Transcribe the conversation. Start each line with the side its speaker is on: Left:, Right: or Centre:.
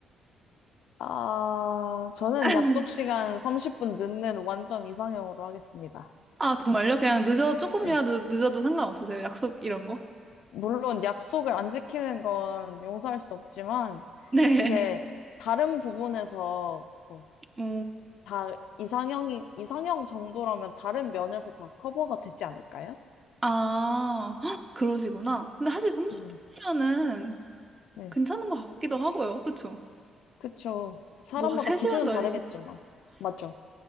Left: 아, 저는
Right: <laughs>
Left: 약속 시간 30분 늦는 완전 이상형으로 하겠습니다.
Right: 아, 정말요? 그냥 늦어, 조금이라도
Left: 네.
Right: 늦어도 상관없으세요? 약속 이런 거?
Left: 물론 약속을 안 지키는 건 용서할 수 없지만,
Right: 네.
Left: 그게 다른 부분에서 뭐,
Right: <laughs> 어,
Left: 다 이상형이, 이상형 정도라면 다른 면에서 다 커버가 되지 않을까요?
Right: 아, 헉, 그러시구나. 근데 사실 30분이면은
Left: 음, 네.
Right: 괜찮은 것 같기도 하고요. 그쵸?
Left: 그쵸. 사람마다
Right: 뭐, 3시간도
Left: 기준은 다르겠지만,
Right: 아니고.
Left: 맞죠?